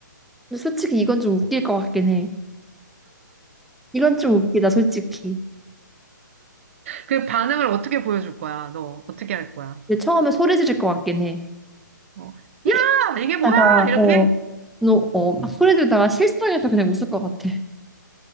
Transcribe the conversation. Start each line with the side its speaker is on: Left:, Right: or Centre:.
Centre: 근데 솔직히 이건 좀 웃길 것 같긴 해. 이건 좀 웃기다, 솔직히.
Right: 그 반응을 어떻게 보여줄 거야? 너 어떻게 할 거야?
Centre: 근데 처음에 소리 지를 것 같긴 해.
Right: 뭐,
Centre: 이게
Right: 야, 이게 뭐야?
Centre: 다가
Right: 이렇게?
Centre: 어, 너, 어, 막 소리 지르다가 실성해서 그냥 웃을 것 같아.